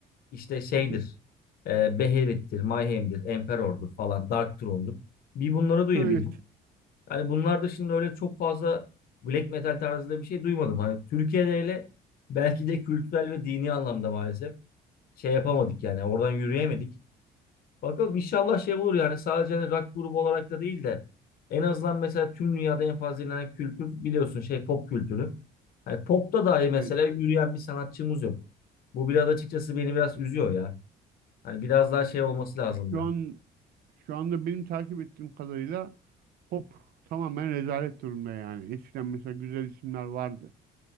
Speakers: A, on the left; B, on the right.
A: işte şeydir.
B: Hı hı.
A: E, Beherit'tir, Mayhem'dir, Emperor'dur falan, Dark Throne'dur. Bir bunları duyabildim.
B: Evet.
A: Hani bunlar dışında öyle çok fazla black metal tarzında bir şey duymadım. Hani Türkiye'de öyle belki de kültürel ve dini anlamda maalesef şey yapamadık yani oradan yürüyemedik. Bakalım inşallah şey olur yani sadece hani rock grubu olarak da değil de en azından mesela tüm dünyada en fazla dinlenen kültür biliyorsun şey pop kültürü. Hani popta dahi mesela
B: Evet.
A: yürüyen bir sanatçımız yok. Bu biraz açıkçası beni biraz üzüyor ya. Hani biraz daha şey olması lazımdı.
B: Şu an şu anda benim takip ettiğim kadarıyla pop tamamen rezalet durumda yani. Eskiden mesela güzel isimler vardı.